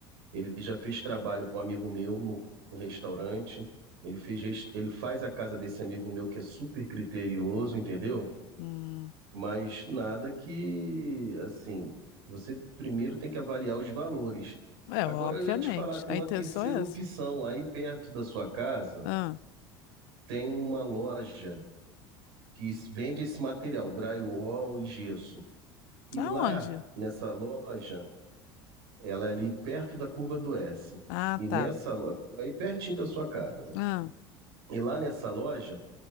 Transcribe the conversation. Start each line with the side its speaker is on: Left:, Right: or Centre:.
Right: Ele já fez trabalho para um amigo meu no- num restaurante. Ele fez, res- ele faz a casa desse amigo meu que é super criterioso, entendeu?
Left: Hum.
Right: Mas nada que, assim, você primeiro tem que avaliar os valores.
Left: É,
Right: Agora
Left: obviamente.
Right: eu ia te falar, tem
Left: A
Right: uma
Left: intenção
Right: terceira
Left: é
Right: opção.
Left: essa.
Right: Aí perto da sua casa
Left: Ah,
Right: tem uma loja que s- vende esse material, drywall e gesso. E
Left: aonde?
Right: lá nessa loja Ela é ali perto da curva do S.
Left: Ah,
Right: E nessa,
Left: tá.
Right: lo- aí pertinho da sua casa.
Left: Ah,
Right: E lá nessa loja,